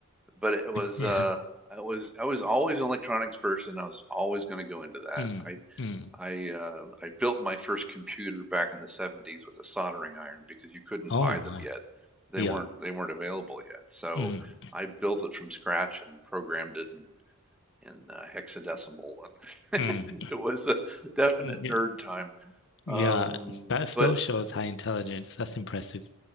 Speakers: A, in the centre; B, on the left.
A: but it was
B: Yeah.
A: uh I was I was always an electronics person. I was always going to go into that.
B: Mm,
A: I
B: mm.
A: I uh, I built my first computer back in the 70s with a soldering iron because you couldn't
B: Oh
A: buy
B: my.
A: them yet. They
B: Yeah.
A: weren't they weren't available yet. So
B: Mm,
A: I built it from scratch and programmed it in in uh, hexadecimal, and
B: mm,
A: <laughs> it was a definite
B: mm, yeah.
A: nerd time.
B: Yeah.
A: Um,
B: That still
A: but
B: shows high intelligence. That's impressive.